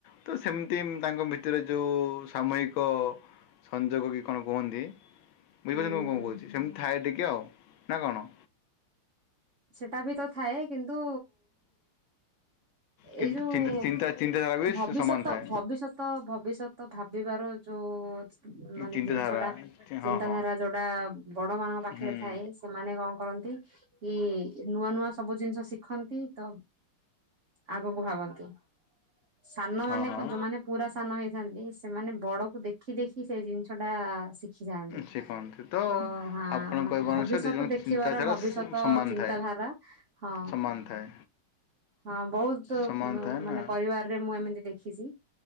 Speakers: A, on the left; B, on the right.
A: ତ ସେମିତି ତାଙ୍କ ଭିତରେ ଯେଉଁ ସାମୟିକ ସଂଯୋଗ କି କଣ କୁହନ୍ତି, ବୁଝିପାରୁଛନ୍ତି
B: ହୁଁ
A: ମୁଁ କଣ
B: ହୁଁ
A: କହୁଛି, ସେମିତି ଥାଏ ଟିକେ ଆଉ ନା କଣ?
B: ସେଟା ବି ତ ଥାଏ କିନ୍ତୁ
A: କିନ୍ତୁ
B: ଏଇ ଯୋଉ
A: ଚିନ୍ତା ଚିନ୍ତା ଚିନ୍ତାଧାରା ବି
B: ଭବିଷ୍ୟତ
A: ସମାନ ଥାଏ।
B: ଭବିଷ୍ୟତ ଭବିଷ୍ୟତ ଭାବିବାର ଯୋଉ ମାନେ
A: ଚିନ୍ତାଧାରା
B: ଜିନିଷଟା
A: ହଁ
B: ଚିନ୍ତାଧାରା
A: ହଁ
B: ଯୋଉଟା ବଡ ମାନଙ୍କ ପାଖରେ
A: ହୁଁ
B: ଥାଏ ସେମାନେ କଣ କରନ୍ତି କି ନୂଆ ନୂଆ ସବୁ ଜିନିଷ ଶିଖନ୍ତି ତ ଆଗକୁ ଭାବନ୍ତି। ସାନମାନେ
A: ହଁ ହଁ।
B: ଯୋଉମାନେ ପୁରା ସାନ ହେଇଥାନ୍ତି, ସେମାନେ ବଡକୁ ଦେଖି ଦେଖି କି ସେ ଜିନିଷଟା ଶିଖି ଯାଆନ୍ତି,
A: ସେ କହନ୍ତି
B: ତ ହାଁ
A: ଆପଣ କହିବା
B: ଭବିଷ୍ୟତ
A: ଅନୁସାରେ ଦୁଇ ଜଣ
B: ଦେଖ ଦେଖିବାର
A: ଚିନ୍ତାଧାରା
B: ଭବିଷ୍ୟତ
A: ସମାନ
B: ଚିନ୍ତାଧାରା
A: ଥାଏ।
B: ହଁ
A: ସମାନ ଥାଏ
B: ହଁ ବହୁତ
A: ସମାନ ଥାଏ
B: ମାନେ
A: ନା
B: ପରିବାରରେ ମୁଁ ଏମିତି ଦେଖିଛି।